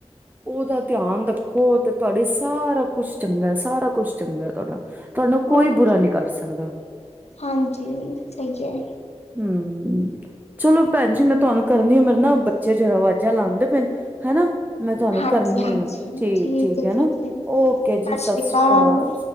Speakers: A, on the right (about 15°); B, on the left (about 70°).
A: ਓਦਾ ਧਿਆਨ ਰੱਖੋ ਤੇ ਤੁਆਡੇ ਸਾਰਾ ਕੁਛ ਚੰਗਾ, ਸਾਰਾ ਕੁਛ ਚੰਗਾ ਤੁਆਡਾ। ਤੁਆਨੂੰ
B: ਹੋਰ
A: ਕੋਈ ਬੁਰਾ
B: ਕੀ
A: ਨੀ ਕਰ ਸਕਦਾ।
B: ਹਾਂਜੀ ਸਹੀ ਹੈ
A: ਹੂੰ, ਚਲੋ ਭੈਣ ਜੀ ਮੈਂ ਤੁਆਨੂੰ ਕਰਨੀ ਆ, ਮੇਰੇ ਨਾ ਬੱਚੇ ਜਰਾ ਵਾਜ਼ਾਂ ਲਾਂਦੇ ਪੇਣ, ਹੈਨਾ ਮੈਂ ਤੁਆਨੂੰ
B: ਹਾਂਜੀ
A: ਕਰਨੀ
B: ਹਾਂਜੀ
A: ਆ, ਠੀਕ-ਠੀਕ
B: ਠੀਕ ਹੈ
A: ਐ ਨਾ,
B: ਠੀਕ ਹੈ
A: ਓਕੇ ਜੀ
B: ਸਤਿ ਸ੍ਰੀ
A: ਸਾਸੀ
B: ਅਕਾਲ
A: ਕਾਲ।